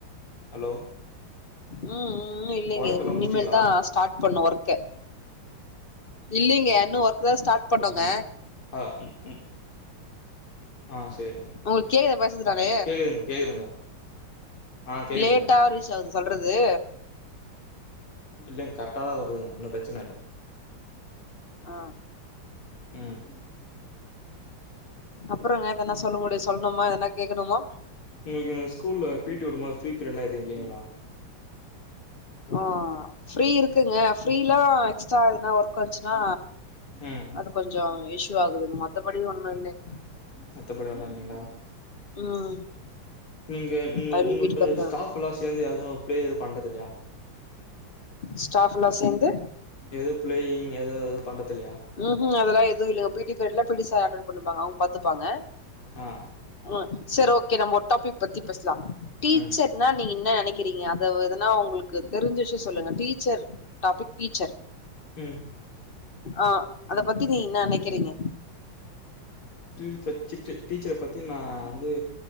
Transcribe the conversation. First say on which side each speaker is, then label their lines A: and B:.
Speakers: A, on the left (about 85°); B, on the left (about 30°).
A: ஹலோ
B: ம் ம் இல்லைங்க
A: ஒர்க் எல்லா முடிச்சிட்டீங்களா?
B: இனிமேல் தா ஸ்டாட் பண்ணு ஒர்க்கே இல்லிங்க இன்னு ஒர்க் தா ஸ்டாட் பண்ணுங்க
A: ஆ ஆ ம் ம் ஆ சேரிங்க
B: உங்களுக்கு கேக்குதா பேசுறது நானு
A: கேக்குதுங்க கேக்குதுங்க ஆ கேக்குதுங்க.
B: லேட்டா ரீச்சாவுதுங் சொல்றது
A: இல்லங் கரெக்டா தா வருதுங்க ஒன்னு பிரச்சன இல்ல
B: ஆ
A: ம்
B: அப்றோ வேறெதுன சொல்ல முடியு சொல்னுமா எதுன கேக்கனுமா
A: உங்களுக்கு ஸ்கூல்ல பீ டி ஒடும் போது ஃப்ரீ பீரியட்லா எது இல்லைங்களா
B: ஆ ஃப்ரீ இருக்குங்க அ ஃப்ரீல்லா எக்ஸ்ட்ரா எதுனா ஒர்க் வந்த்ச்னா
A: ம்
B: அது கொஞ்சோ இஷூ ஆகுதுங் மத்தபடி ஒண்ணு இல்லங்க
A: மத்தபடி ஒண்ணு இல்லைங்ளா
B: ம்
A: நீங்க ம்
B: டைமிங்க்கு
A: உங்க
B: வீட்டுக்கு வந்துருவ
A: ஸ்டாப்லா சேந்து எதுவு பிளே எது பண்றதில்லையா
B: ஸ்டாஃப்லா சேந்து
A: எதோ பிளேயிங் எது எது பண்றத்தில்லையா
B: ம் ஹூம் அதெல்லா எதுவு இல்லங்க பீ டி பிரிட்ல பீ டி சார் ஆன்டில் பன்னிப்பாங்க அவுங் பாத்துப்பாங்க
A: ஆ
B: அ செர் ஓகே நம்ம ஒரு டாபிக் பத்தி பேஸ்லா டீச்சர்னா
A: ம்
B: நீங்க இன்னா நெனைக்கிறீங்க ஆ தாவதுனா உங்களுக்கு தெரிஞ்சிச்சு சொல்லுங்க டீச்சர் டாபிக் டீச்சர்
A: ம்
B: ஆ அத பத்தி நீ இன்னா நெக்கிறீங்க
A: டீவ பச்சிட்டு டீச்சர பத்தி நா வந்து